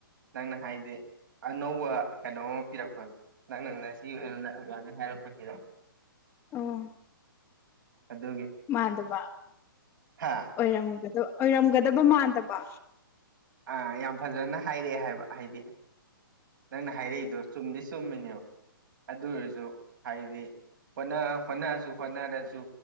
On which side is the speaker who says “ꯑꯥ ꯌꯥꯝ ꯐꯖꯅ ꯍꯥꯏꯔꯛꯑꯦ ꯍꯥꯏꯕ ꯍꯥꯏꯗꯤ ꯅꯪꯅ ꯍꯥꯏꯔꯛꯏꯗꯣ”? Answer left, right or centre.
Right